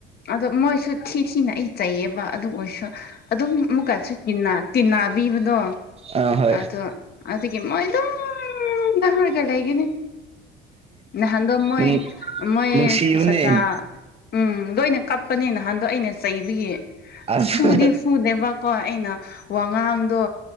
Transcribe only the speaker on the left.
ꯑꯗꯣ ꯃꯣꯏꯁꯨ ꯊꯤ ꯊꯤꯅ ꯑꯩ ꯆꯩꯩꯌꯦꯕ ꯑꯗꯨ ꯑꯣꯏꯔꯁꯨ ꯑꯗꯨꯝ ꯑꯃꯨꯛꯀꯁꯨ ꯇꯤꯟꯅꯕꯤꯕꯗꯣ
ꯑꯗꯣ ꯑꯗꯨꯗꯒꯤ ꯃꯣꯏ ꯑꯗꯨꯝ ꯗꯍꯥꯔꯒ ꯂꯩꯒꯅꯤ ꯅꯍꯥꯟꯗ ꯃꯣꯏ
ꯃꯣꯏ
ꯁꯥꯇ꯭ꯔ ꯎꯝ ꯂꯣꯏꯅ ꯀꯞꯄꯅꯦ ꯅꯍꯥꯟꯗꯣ ꯑꯩꯅ ꯆꯩꯕꯒꯤ
ꯐꯨꯗꯤ ꯐꯨꯗꯦꯕꯀꯣ ꯑꯩꯅ ꯋꯥꯉꯥꯡꯗꯣ